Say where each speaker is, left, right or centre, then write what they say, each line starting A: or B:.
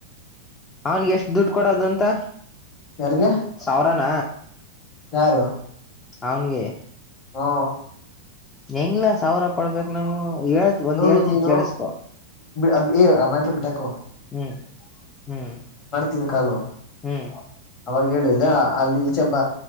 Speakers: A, on the left; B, on the left.
A: ಅವನ್ಗೆ ಎಷ್ಟು ದುಡ್ಡು ಕೊಡದು ಅಂತ
B: ಯಾರಿಗೆ
A: ಸಾವಿರಾನ
B: ಯಾರು
A: ಅವನ್ಗೆ
B: ಹಾ
A: ಹೆಂಗ್ಲ್ಲಾ ಸಾವಿರ ಕೊಡ್ಬೇಕಕ್ ನಮ್ಗೆ ಒಂದ್
B: ಅದು
A: ಏಳ್ ತಿನ್
B: ನೀನು
A: ಕೇಳಸ್ಕೊ
B: ಅದ್ ಏ ಆ ಮ್ಯಾಟ್ರ ಬಿಟ್ಟಾಕು
A: ಹ್ಮ್ ಹ್ಮ್
B: ತಿನ ಕಾಲುವ
A: ಹ್ಮ್
B: ಅವಾಗ ಹೇಳುದಿಲ್ಲ ಅಲ್ಲಿ ಈಚೆ ಹಬ್ಬ